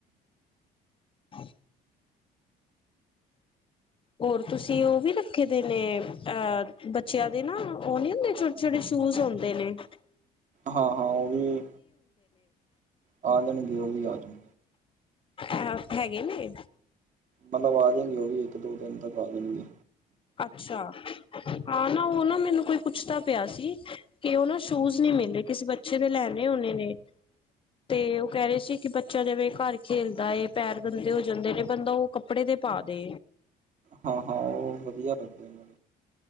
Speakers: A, on the left; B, on the right.
A: ਹਾਂ। ਹੋਰ, ਤੁਸੀਂ ਉਹ ਵੀ ਰੱਖ ਦੇ ਨੇ, ਅ ਬੱਚਿਆਂ ਦੇ ਨਾ ਉਹ ਨਹੀਂ ਹੁੰਦੇ, ਛੋਟੇ-ਛੋਟੇ ਸ਼ੂਜ ਹੁੰਦੇ ਨੇ ਹ
B: ਹਾਂ ਹਾਂ ਉਹ ਵੀ, ਆ ਜਾਣਗੇ, ਉਹ ਵੀ ਆ ਜਾਣ।
A: ਅ, ਹੈੈਗੇ ਨੇ?
B: ਮੰਗਵਾ ਦਾਂਗੇ, ਉਹ ਵੀ ਇੱਕ ਦੋ ਦਿਨ ਤੱਕ ਆ ਜਾਣਗੇ।
A: ਅੱਛਾ, ਹਾਂ ਨਾ ਉਹ ਨਾ, ਮੈਨੂੰ ਕੋਈ ਪੁੱਛਦਾ ਪਿਆ ਸੀ। ਕਿ ਉਹ ਨਾ ਸ਼ੂਜ ਨਹੀਂ ਮਿਲੇ, ਕਿਸੇ ਬੱਚੇ ਨੇ ਲੈਣੇ ੳਨੇ ਨੇ। ਤੇ ਉਹ ਕਹਿ ਰਹੇ ਸੀ, ਕਿ ਬੱਚਾ ਜਿਵੇਂ ਘਰ ਖੇਲਦਾ ਹੈ, ਪੈਰ ਗੰਦੇ ਹੋ ਜਾਂਦੇ ਨੇ, ਬੰਦਾ ਉਹ ਕੱ ਕੱਪੜੇ ਦੇ ਪਾ ਦੇ।
B: ਹਾਂ ਹਾਂ, ਉਹ ਵਧੀਆ ਲੱਗਦੇ ਨੇ।